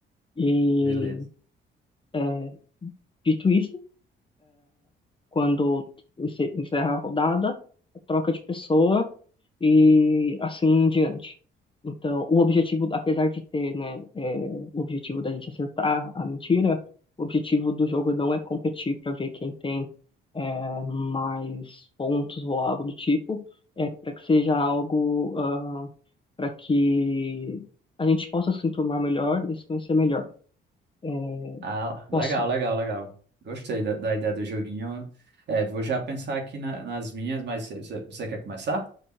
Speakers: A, on the left; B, on the right.
A: E
B: Beleza.
A: é, dito isso, quando encer- encerra a rodada, troca de pessoa e assim em diante. Então, o objetivo, apesar de ter, né, é, o objetivo da gente acertar a mentira, o objetivo do jogo não é competir para ver quem tem é, mais pontos ou algo do tipo, é para que seja algo para que a gente possa se enturmar melhor e se conhecer melhor. É,
B: Ah, legal,
A: posso,
B: legal, legal. Gostei da, da ideia do joguinho. É, vou já pensar aqui na- nas minhas, mas você você- você quer começar?